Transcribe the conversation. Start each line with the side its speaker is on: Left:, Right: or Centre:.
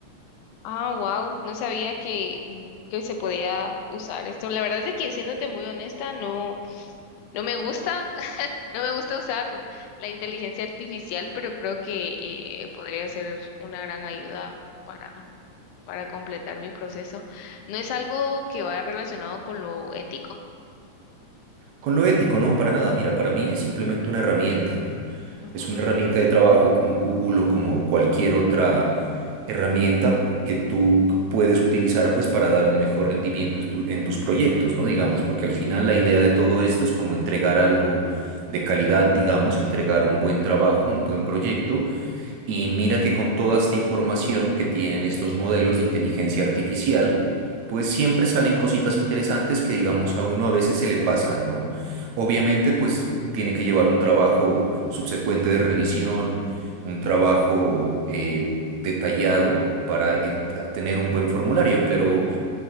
Left: Ah, wow, no sabía que, mm, que se podía usar esto. La verdad es que siéndote muy honesta, no, no me gusta, <laughs> no me gusta usar la inteligencia artificial, pero creo que eh, podría ser una gran ayuda para, para completar mi proceso. No es algo que vaya relacionado con lo ético.
Right: Con lo ético, no, para nada. Mira, para mí es simplemente una herramienta.
Left: Ujú.
Right: Es una herramienta de trabajo como Google o como cualquier otra herramienta que tú puedes utilizar pues para dar un mejor rendimiento en tu- en tus proyectos, ¿no? Digamos, porque al final la idea de todo esto es como entregar algo de calidad, digamos, entregar un buen trabajo, un buen proyecto y mira que con toda esta información que tienen estos modelos de inteligencia artificial, pues siempre salen cositas interesantes que digamos a uno a veces se le pasan, ¿no? Obviamente, pues tiene que llevar un trabajo subsecuente de revisión, un trabajo eh, detallado para eh, tener un buen formulario, pero